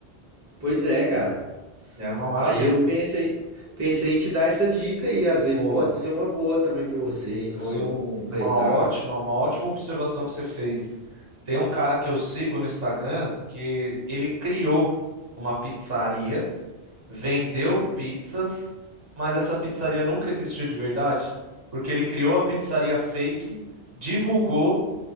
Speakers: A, on the right; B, on the right.
A: Pois é, cara.
B: É uma maravilha.
A: Aí eu pensei, pensei em te dar essa dica e às vezes
B: Pô,
A: pode ser uma boa também pra você aí na
B: foi
A: sua
B: um-
A: empreitada.
B: uma ótima, uma ótima observação que você fez. Tem um cara que eu sigo no Instagram que ele criou uma pizzaria vendeu pizzas, mas essa pizzaria nunca existiu de verdade, porque ele criou a pizzaria fake, divulgou